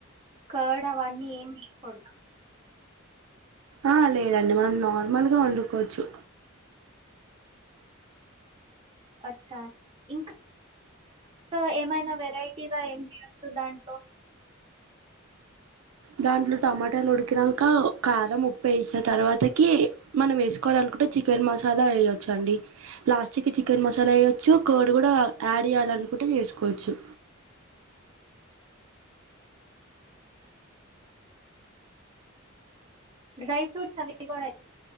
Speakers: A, on the right (about 25°); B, on the right (about 80°).
A: కర్డ్ అవన్నీ ఏమి వేయకూడదా.
B: ఆ లేదండి, మనం నార్మల్గా వండుకోచ్చు.
A: అచ్చా ఇంకా ఏమైనా వెరైటీగా ఏమి చేయచ్చు దాంట్లో.
B: దాంట్లో టమాటాలు ఉడికినంక కారం ఉప్పు వేసిన తర్వాతకి మనం వేసుకోవాలినుకుంటే చికెన్ మసాలా వేయొచ్చు అండి లాస్ట్ కి చికెన్ మసాలా వేయ్యొచ్చు. కోడి కూడా యాడ్ చేయాలనుకుంటే చేసుకోవచ్చు.
A: డ్రై ఫ్రూట్స్ అవి కూడా